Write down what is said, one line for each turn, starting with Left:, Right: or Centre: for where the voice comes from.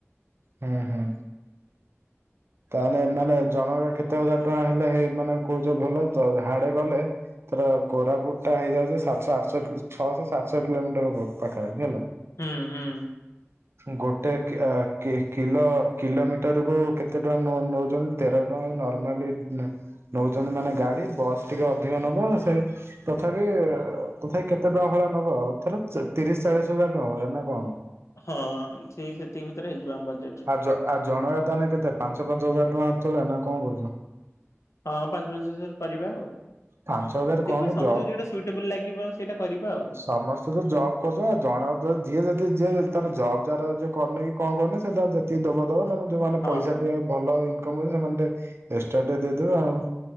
Right: ହଁ ହୁଁ। ତା ହେଲେ ଏ ମାନେ ଜଣକା କେତେ ହଜାର ଟଙ୍କା ହେଲେ ହେଇ ମାନେ କହୁଛ ଭଲ ତ ହାଡେ ଗଲେ ତର କୋରାପୁଟ ଟା ହେଇଯାଉଛି ସାତଶହ ଆଠ ଛଅଶହ ସାତଶହ କିଲୋମିଟର ପାଖାପାଖି ହେଲା।
Left: ହୁଁ ହୁଁ।
Right: ଗୋଟେ କେ କି କିଲୋ କିଲୋମିଟର କୁ କେତେ ଟଙ୍କା ନଉ ନଉଛନ୍ତି? ତେର ଟଙ୍କା ଏଇ ନର୍ମାଲି ନଉଛନ୍ତି, ମାନେ ଗାଡି ବସ୍ ଟିକେ ଅଧିକ ନବ। ସେ ତଥାପି ତଥାପି କେତେ ଟଙ୍କା ଭଳିଆ ନବ, ଥର ତିରିଶ ଚାଳିଶ ହଜାର ଟଙ୍କା ଭଳିଆ ନା କଣ?
Left: ହଁ ଠିକ୍ ସେତିକି ଭିତରେ ହେଇଯିବ ଆମ ବଜେଟ୍।
Right: ଜ ଆ ଜଣକା ତାହେଲେ କେତେ, ପାଞ୍ଚ ପାଞ୍ଚ ହଜାର ଟଙ୍କା <unintelligible> ନା କଣ କହୁଛ?
Left: ହଁ ପାଞ୍ଚ ପାଞ୍ଚ ହଜାର କରିବା ଆଉ।
Right: ପାଞ୍ଚ ହଜାର
Left: ଦେଖିବା
Right: କଣ କି
Left: ସମସ୍ତଙ୍କୁ
Right: ଜ
Left: ଯୋଉଟା ସୁଇଟେବଲ୍ ଲାଗିବ, ସେଇଟା କରିବା ଆଉ।
Right: ସମସ୍ତେ ତ ଜବ୍ କରୁଛନ୍ତି ଆଉ, ଜଣ ଯିଏ ଯଦି ଯିଏ ଯ ତାର ଜବ୍ ଯାର ଯିଏ କରନେଇ କି କଣ କରୁନେଇ ସେ ତାର ଯେତିକି ଦବ ଦବ, ନହେଲେ ଯୋଉମାନେ
Left: ହଁ
Right: ପଇସା ଟିକେ ଭଲ ଇନକମ୍, <unintelligible> ସେମାନେ ଟିକେ ଏକ୍ସଟ୍ରା ଟିକେ ଦେଇଦେବେ ଆଉ।